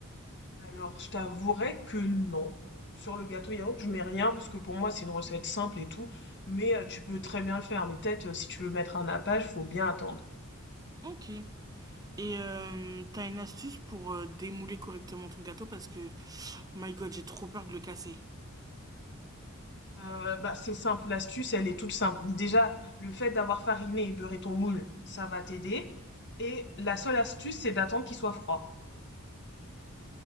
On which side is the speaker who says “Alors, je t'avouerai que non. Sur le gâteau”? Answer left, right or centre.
Left